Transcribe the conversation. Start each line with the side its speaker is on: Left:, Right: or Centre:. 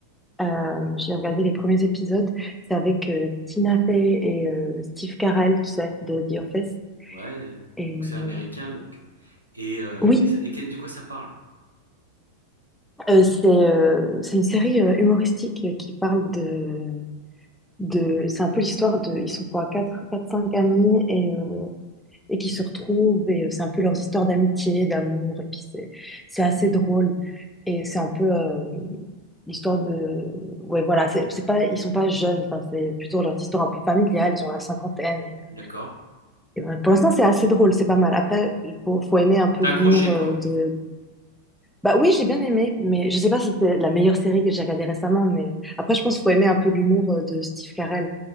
Centre: Euh, j'ai regardé les premiers épisodes. C'est avec euh, Tina Fey et euh, Steve Carell, tu sais, de The Office.
Right: ouais, heu,
Centre: Et
Right: donc
Centre: euh,
Right: c'est américain donc et heu
Centre: oui,
Right: et ça et que de quoi ça parle?
Centre: euh, c'est euh, c'est une série euh, humoristique euh, qui parle de de. C'est un peu l'histoire de. Ils sont quoi, quatre, quatre, cinq amis et euh, et qui se retrouvent et euh, c'est un peu leurs histoires d'amitié, d'amour et puis c'est c'est assez drôle et c'est un peu euh, l'histoire de ouais voilà c'est c'est pas ils sont pas jeunes enfin c'est plutôt leurs histoires un peu familiales ils ont la cinquantaine et, euh,
Right: D'accord.
Centre: et voilà. pour l'instant c'est assez drôle c'est pas mal après faut faut aimer un peu
Right: Tu
Centre: l'humour
Right: accroché quoi?
Centre: euh, de bah oui j'ai bien aimé mais je sais pas si c'est la meilleure série que j'ai regardée récemment mais euh, après je pense qu'il faut aimer un peu l'humour euh, de Steve Carell